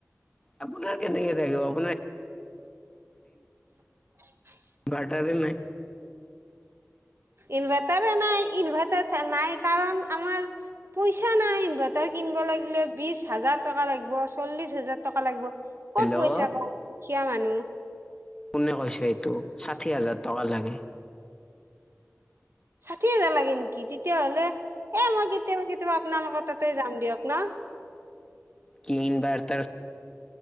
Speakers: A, on the left; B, on the right.
A: আপোনাৰ কেনেকে থাকিব আপোনাৰ
B: হয়। <unintelligible>
A: ইনভাৰ্টাৰৰে নাই
B: ইনভাৰ্টাৰ নাই, ইনভাৰ্টাৰ নাই কাৰণ আমাৰ পইচা নাই, ইনভাৰটাৰ কিনি কিনিব লাগিলে বিশ হাজাৰ টকা লাগিব, চল্লিশ হাজাৰ টকা লাগিব
A: হেল্ল'
B: ক'ত পইচা পাওঁ, দুখীয়া মানুহ
A: কোনে কৈছে এইটো ষাঠি হাজাৰ টকা লাগে
B: ষাঠি হাজাৰ লাগে নেকি তেতিয়াাহলে এ মই কেতিয়াবা, কেতিয়াবা, আপোনালোকৰ তাতে যাম দিয়ক ন
A: কি ইনভাটাৰ